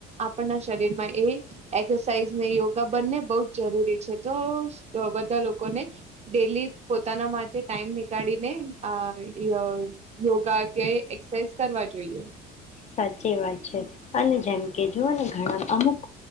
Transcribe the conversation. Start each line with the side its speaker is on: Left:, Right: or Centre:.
Right: આપણના શરીરમાં એ એક્સરસાઇઝ ને યોગા બંને બહ જ જરૂરી છે તો બધા લોકોને ડેલી પોતાના માટે ટાઈમ નીકાળીને આ યોગા કે એક્સરસાઇઝ કરવા જોઈએ.
Left: સાચી વાત છે અને જેમ કે જોઓને ઘણા અમુક